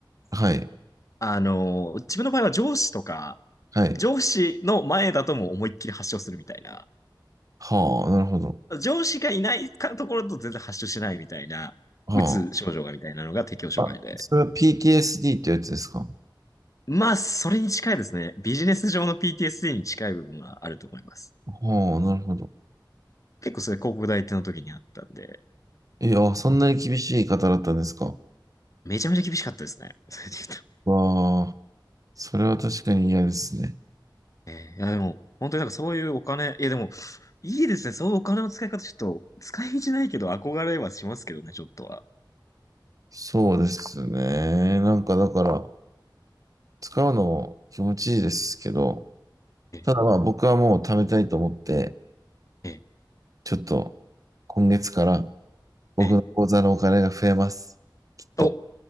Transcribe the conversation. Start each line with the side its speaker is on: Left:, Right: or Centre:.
Right: はい、
Left: あの、自分の場合は上司とか、
Right: はい。
Left: 上司の前だともう思いっきり発症するみたいな。
Right: はあ、なるほど。
Left: 上司がいないかところと全然発症しないみたいな、
Right: は
Left: うつ症状がみたいなのが適応障害で。
Right: あ。それは PTSD ってやつですか
Left: まあ、それに近いですね。ビジネス上の PTSD に近い部分はあると思います。
Right: はあ、なるほど。
Left: 結構それ広告代理店の時にあったんで、
Right: いや、そんなに厳しい方だったんですか
Left: めちゃめちゃ厳しかったですね。それで言うと。
Right: わあ、それは確かに嫌ですね。
Left: えーいや、でも、本当になんかそういうお金、いやでも、いいですね。そういうお金の使い方、ちょっと、使い道ないけど憧れはしますけどね、ちょっとは。
Right: そうですね。なんかだから、使うの気持ちいいですけど、
Left: え、
Right: ただまあ僕はもう貯めたいと思って、
Left: え、
Right: ちょっと今月から僕の口座のお金が増えます。
Left: え、
Right: きっと。
Left: お、